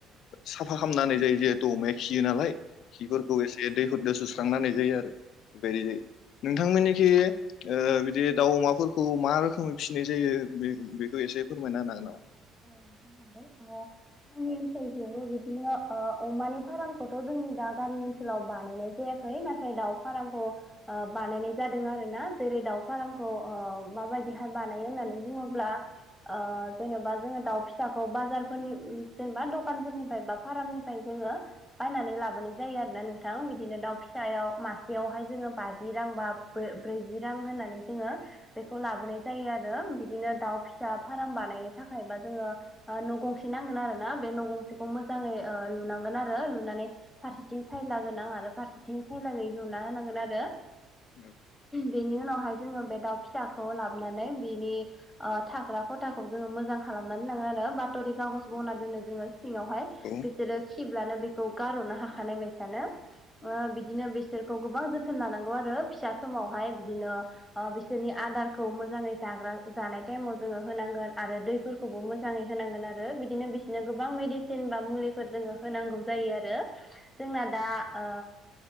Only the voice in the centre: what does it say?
औ जागोन जोंनि ओनसोलखौबो बिदिनो ओ अमानि फार्मखौथ' जों जोंनि दा गामि ओनसोलाव बानायनाय जायाखै नाथाय दाउ फारामखौ बानायनाय जादों आरोना। जेरै दाउ फारामखौ माबायदिहाय बानायो होननानै बुङोब्ला ओ जेनेबा जोङो दाउ फिसाखौ बाजारफोरनि जेनेबा दखानफोरनिफ्राय बा फाराममनिफ्राय जोङो बायनानै लाबोनाय जायो आरोना नोंथां बिदिनो दाउ फिसायाव मासेयावहाय जोङो बाजि रां बा ब्रैजि रां होननानै जोङो बेखौ लाबोनाय जायो आरो बिदिनो दाउ फिसा फाराम बानायनो थाखाय थाखायबा जोङो न' गंसे नांगोन आरो ना बे न' गंसेखौ मोजाङै ओ लुनांगोन आरो लुनानै फारसेथिं सायला गोनां आरो फारसेथिं सायलागैयै लुना होनांगोन आरो।
बेनि उनावहाय जोङो बे दाउ फिसाखौ लाबोनानै बिनि ओ थाग्रा खथाखौ जोङो मोजां खालामनानै लााङो आरो बाथ'रि खागज
बना दोनो जोङो सिङावहाय
बिसोरो खि ब्लानो बेखौ गारह'नो हाखानाय बायसानो। बिदिनो बे बिसोरखौ गोबां जोथोन लानांगौ आरो फिसा समावहाय बिदिनो बिसोरनि आदारखौ मोजाङै जायो। जाग्रा जानाय टाइमयाव होनांगोन आरो दै। फोरखौबो मोजाङै होनांगोन आरो बिदिनो बिसोरनो गोबां मेडिसिन बा मुलिफोर जोङो होनांगौ जायो आरो। <unintelligible> जोंना दा ओ